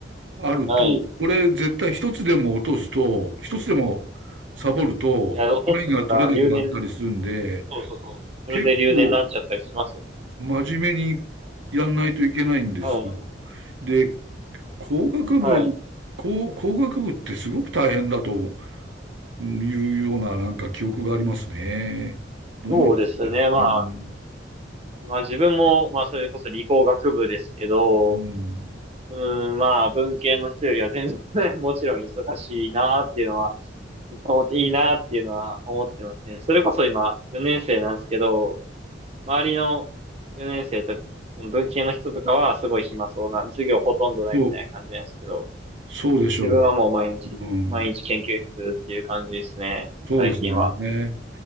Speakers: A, on the right; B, on the right.
A: あると、
B: はい。
A: これ絶対一つでも落とすと、一つでもサボると、
B: いや、残ったら留年、
A: ラインが取れなくなったりするんで、
B: そうそうそう。それで留年になっちゃったりしますよね。
A: 結構真面目にやんないといけないんですよ。
B: はい。
A: で、工学部、
B: はい。
A: 工、工学部ってすごく大変だというようななんか記憶がありますね。どうなんですかね。
B: そうですね。まあ、
A: うん、
B: まあ自分も、まあそれこそ理工学部ですけど、
A: うん、
B: うん、まあ文系の人よりは全然 <laughs> もちろん忙しいなっていうのは、思っていいなっていうのは思ってますね。それこそ今、4年生なんですけど、周りの4年生たち、その文系の人とかはすごい暇そうな、授業ほとんどないみたいな感じなんですけど、
A: と、そうでしょ
B: 自分はもう毎日、
A: う。うん、
B: 毎日研究室っていう感じですね、
A: そうですよね。
B: 最近は。